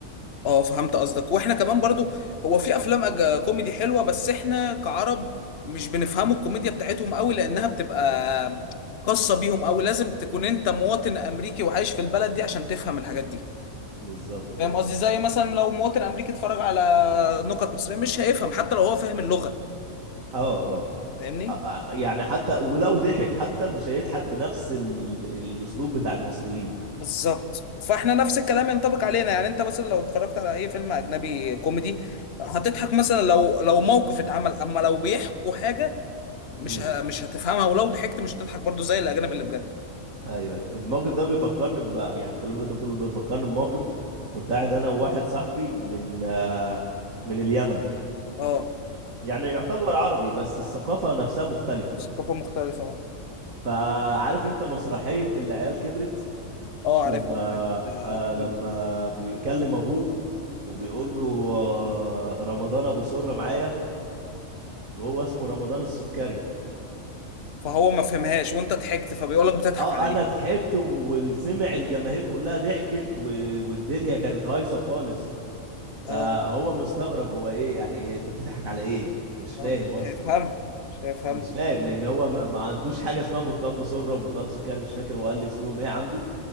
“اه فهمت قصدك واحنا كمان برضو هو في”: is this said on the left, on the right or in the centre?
Left